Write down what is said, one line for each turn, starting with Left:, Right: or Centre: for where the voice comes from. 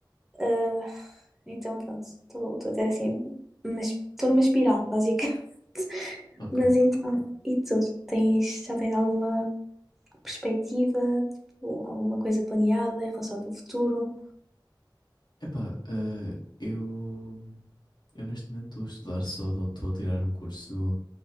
Centre: Ah, então, pronto, estou a ter assim, mas estou numa espiral, básica. <laughs>
Left: ok.
Centre: Mas então, e tu? Tens, já tens alguma perspectiva, tipo, alguma coisa planeada em relação ao teu futuro?
Left: Epá, eh, eu, eu neste momento estou a estudar só, estou a tirar um curso